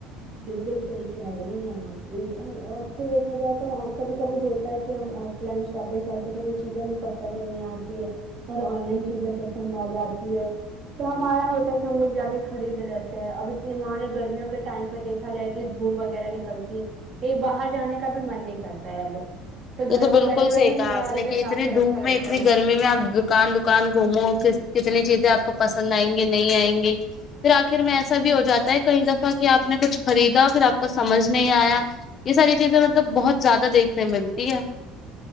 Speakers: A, on the right (about 35°); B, on the left (about 30°).
A: بالکل صحیح کہہ رہے ہیں آپ اب تو دیکھا جائے تو کبھی کبھی ہوتا ہے کہ ہم آف لائن شاپنگ کرتے تو کوئی چیزیں ہمیں پسند نہیں آتی ہے اور آن لائن چیزیں پسند آ جاتی ہے تو ہمارا ہوتا ہے کہ ہم لوگ جا کے خرید لیتے ہیں اب اتنی مان لو گرمیوں کے ٹائم پہ دیکھا جاتی ہے دھوپ وغیرہ نکلتی ہے کہیں باہر جانے کا بھی من نہیں کرتا ہے اب گھر
B: یہ تو
A: میں
B: بالکل
A: بیٹھے
B: صحیح
A: بیٹھے
B: کہا
A: منگا
B: آپ
A: لیتے
B: نے کہ
A: کافی
B: اتنی
A: اچھا
B: دھوپ
A: لگتا
B: میں اتنی
A: ہے
B: گرمی میں آپ دکان دکان گھوموں پھر کتنی چیزیں آپ کو پسند آئیں گی نہیں آئیں گی پھر آخر میں ایسا بھی ہو جاتا ہے کئی دفعہ کہ آپ نے کچھ خریدا پھر آپ کو سمجھ نہیں آیا یہ ساری چیزیں مطلب بہت زیادہ دیکھنے میں ملتی ہے